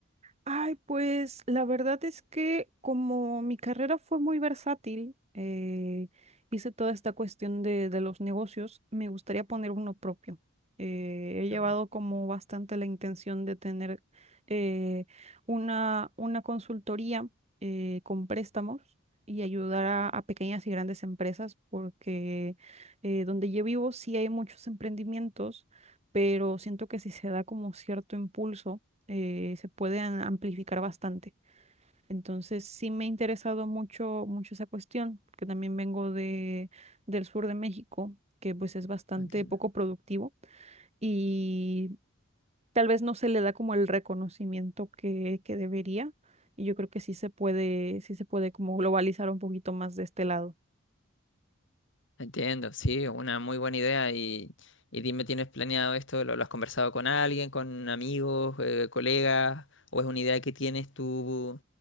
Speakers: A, on the right; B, on the left.
A: Ay, pues la verdad es que como mi carrera fue muy versátil, eh, hice toda esta cuestión de, de los negocios, me gustaría poner uno propio. Eh, he llevado
B: Ok,
A: como bastante la intención de tener eh, una, una consultoría eh, con préstamos y ayudar a, a pequeñas y grandes empresas porque eh, donde yo vivo sí hay muchos emprendimientos, pero siento que si se da como cierto impulso eh, se pueden amplificar bastante. Entonces, sí me ha interesado mucho, mucho esa cuestión, porque también vengo de, del sur de México, que pues es bastante
B: entiendo.
A: poco productivo y tal vez no se le da como el reconocimiento que, que debería. Y yo creo que sí se puede, sí se puede como globalizar un poquito más de este lado.
B: Entiendo, sí, una muy buena idea. Y, y dime, ¿tienes planeado esto? ¿Lo, lo has conversado con alguien, con amigos, eh, colegas? ¿O es una idea que tienes tú